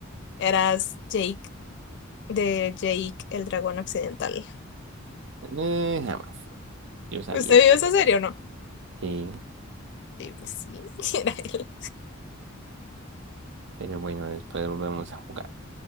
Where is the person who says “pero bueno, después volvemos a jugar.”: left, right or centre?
Right